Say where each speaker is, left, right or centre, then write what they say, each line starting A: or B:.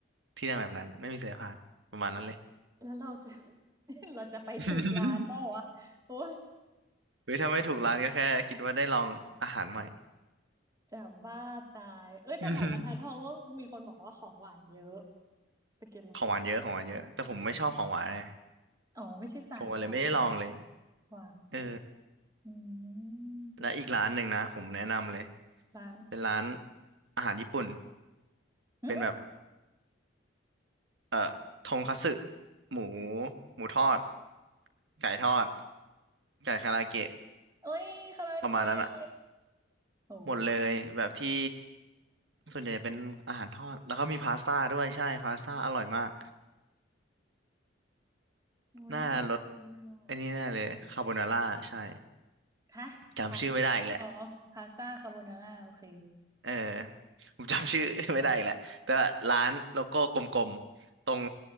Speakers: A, on the right; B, on the right.
A: ที่นั่งแบบนั้นไม่มีสายพานประมาณนั้นเลย
B: แล้วเราจะ <laughs> เราจะไปถูกร้านเปล่าวะโอ้ย
A: <laughs> เฮ้ยถ้าไม่ถูกร้านก็แค่คิดว่าได้ลองอาหารใหม่
B: จะบ้าตายเอ้ยแต่แถวบรรทัดทองก็มีคนบอกว่าของหวานเยอะ
A: อืม
B: ไปกินอะไรดี
A: ของหวานเยอะของหวานเยอะแต่ผมไม่ชอบของหวานเลย
B: อ๋อไม่ใช่สายของแบบ
A: ผมก็เลยไม่ได้ลองเลย
B: หวาน
A: เออ
B: อืม
A: และอีกร้านหนึ่งนะผมแนะนำเลย
B: ร้าน
A: เป็นร้านอาหารญี่ปุ่น
B: อืม
A: เป็นแบบเอ่อทงคัตสึหมูหมูทอดไก่ทอดไก่คาราเกะ
B: โอ้ยคาราโอเกะ
A: ประมาณนั้นอะ
B: โอ้
A: หมดเลยแบบที่ส่วนใหญ่เป็นอาหารทอดแล้วก็มีพาสต้าด้วยใช่พาสต้าอร่อยมาก
B: โอ้ยอยากกินเลยอ่ะ
A: หน้ารสอันนี้แน่เลยคาโบนาร่าใช่
B: ฮะพาส
A: จำชื่อไม่ได้อีกแหละ
B: อ๋อพาสต้าคาโบนาร่าโอเค
A: เออผมจำชื่อ <laughs> ไม่ได้อีกแหละแต่ว่าร้านโลโก้กลมๆตรง